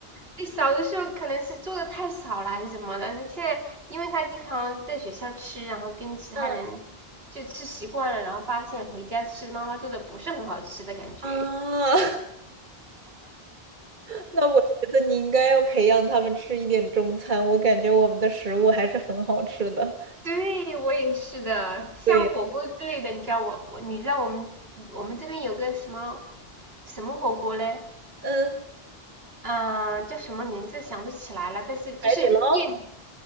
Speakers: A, on the right; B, on the right.
A: 对，小的时候可能是做的太少了还是什么的，现在因为他经常在学校吃，然后跟其他人就吃习惯了，
B: 嗯
A: 然后发现回家吃妈妈做的不是很好吃的感觉。
B: 啊，<laughs> 那我觉得你应该要培养他们吃一点中餐，我感觉我们的食物还是很好吃的。
A: 对，我也是的，像火锅之类的，
B: 对，
A: 你知道我我你知道我们我们这边有个什么什么火锅嘞？
B: 嗯，
A: 嗯、叫什么名字想不起来了，但是就是燕
B: 海底捞